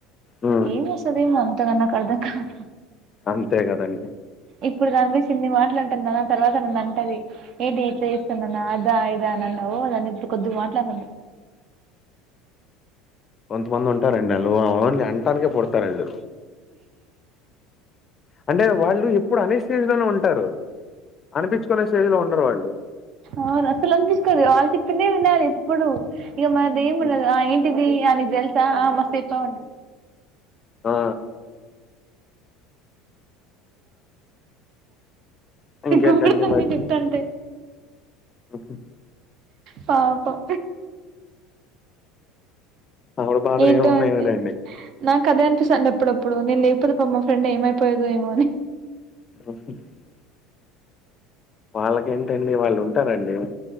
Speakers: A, on the left; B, on the right.
A: హ్మ్
B: ఎం చేస్తది అంతగా నాకు అర్థం కావట
A: అంతే కదండి
B: ఇప్పుడు దాని గురించి ఇన్ని మాట్లంటాన్న కదా తర్వాత నన్ను అంటది ఏంటి ఎట్లా చేస్తానున్న అదా ఇదా అని అన్నావు నన్ను ఇప్పుడు కొద్దిగా మాట్లాడన
A: కొంత మంది ఉంటారండి ఆళ్లు ఓన్లీ అంటానికే పుడుతారు ఆళ్ళు అంటే వాళ్ళు ఎప్పుడు అనే స్టేజ్ లోనే ఉంటారు అనిపించుకునే స్టేజీలో ఉండరు వాళ్ళు
B: అవును అసలు అనిపిస్తది వాళ్ళు చెప్పిందే వినాలి ఎప్పుడు ఇగ మాదేమి
A: హ్మ్.
B: ఉండదు ఆ ఏంటిది ఆ నీకు తెలుసా ఆ మస్త్ చెప్పినావ్ అంటది
A: ఆ ఇంకేంటండి
B: గూగుల్ ఉంది చెప్ తంతే
A: ఉహు
B: పాపం
A: ఆవిడ బాధలు
B: ఏంటో
A: ఏమున్నాయిలేండి
B: అండి నాకు అదే అనిపిస్తుండి అప్పుడప్పుడు నేను లేకపోతే పామ్ మా ఫ్రెండ్ ఏమైపోయేదోమోని
A: <unintelligible> వాళ్ళకేంటండి వాళ్ళు ఉంటారండి